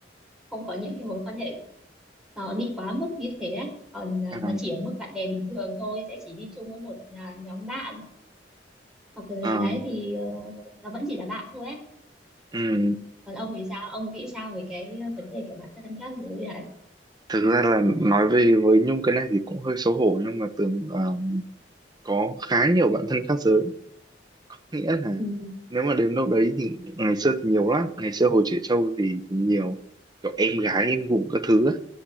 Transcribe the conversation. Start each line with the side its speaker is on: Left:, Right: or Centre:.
Centre: không có những cái mối quan hệ nó đi quá mức như thế ấy. còn à,
Right: ờ,
Centre: nó chỉ ở mức bạn bè bình thường thôi sẽ chỉ đi chung với một à, nhóm bạn hoặc là
Right: ờ,
Centre: gì đấy thì ờ, nó vẫn chỉ là bạn thôi ấy
Right: ừ.
Centre: còn ông thì sao ông nghĩ sao về cái vấn đề kiểu bản thân các giới đấy
Right: Thực ra là nói về với Nhung cái này thì cũng hơi xấu hổ nhưng mà Tường ờ, có khá nhiều bạn thân khác giới. Nghĩa là
Centre: ừ,
Right: nếu mà đến đâu đấy thì ngày xưa thì nhiều lắm, ngày xưa hồi trẻ trâu thì, thì nhiều kiểu em gái em gủng các thứ ấy.